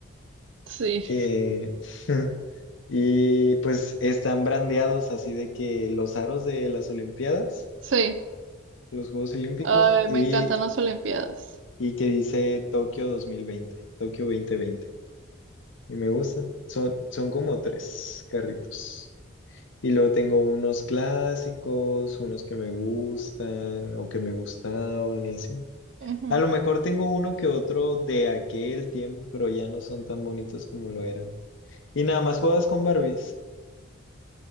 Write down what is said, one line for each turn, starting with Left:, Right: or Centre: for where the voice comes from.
Right: Sí,
Left: Eh, <laughs> y pues están brandeados así de que los aros de las Olimpiadas,
Right: sí.
Left: los Juegos Olímpicos,
Right: Ay,
Left: y,
Right: me encantan las olimpiadas.
Left: y que dice Tokio 2020, Tokio 2020. y me gustan. Son, son como tres carritos. Y luego tengo unos clásicos, unos que me gustan o que me gustaban y así.
Right: Ujú.
Left: A lo mejor tengo uno que otro de aquel tiempo, pero ya no son tan bonitos como lo eran. Y nada más juegas con Barbies.